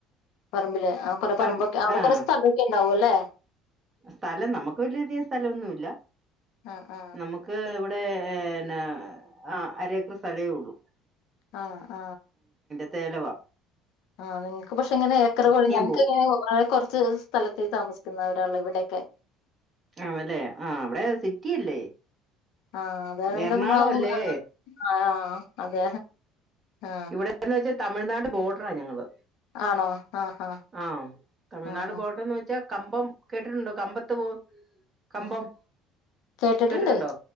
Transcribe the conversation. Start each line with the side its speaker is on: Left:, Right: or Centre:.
Left: പറമ്പില് ആ കൊറെ
Right: പറ
Left: പറമ്പൊക്കെ അവിടെ
Right: ആഹ്
Left: കൊറ സ്ഥല ഒക്കെ ഉണ്ടാവും അല്ലെ
Right: സ്ഥലം നമുക്ക് വലിയ തികം സ്ഥലം ഒന്നു ഇല്ല
Left: ആ ആ
Right: നമുക്ക് നടെന്ന ആ അര ഏക്കെർ സ്ഥലേ ഉള്ളു
Left: ആഹ ആഹ
Right: സ്ഥലവ
Left: ആഹ നിങ്ങക്ക് പക്ഷെ ഇങ്ങനെ ഏക്കർ ഞക്ക്
Right: പോവും
Left: കുറച്ച് സ്ഥലത്ത താമസിക്കുന്ന ഒരാള ഇവിടെ കെ
Right: ആല്ലേ ആഹ അവിടെ സിറ്റില്ലേ
Left: ആ അതായോണ്ട്
Right: എറണാകുളം
Left: ആ മൂന്ന്
Right: അല്ലേ
Left: ആ ആ അതെ ആ
Right: ഇവിടെന്ന് വെച്ചാ തമിഴ്നാട് ബോർഡറാ ഞങ്ങള്
Left: ആണോ ആ ആ
Right: ആഹ് തമിഴ്നാട്
Left: ആ ആ
Right: ബോർഡർന്ന് വെച്ചാ കമ്പം കേട്ടിട്ടുണ്ടോ കമ്പത്ത് പോ കമ്പം
Left: ആ കേട്ടിട്ടുണ്ട്
Right: കേട്ടിട്ടുണ്ടോ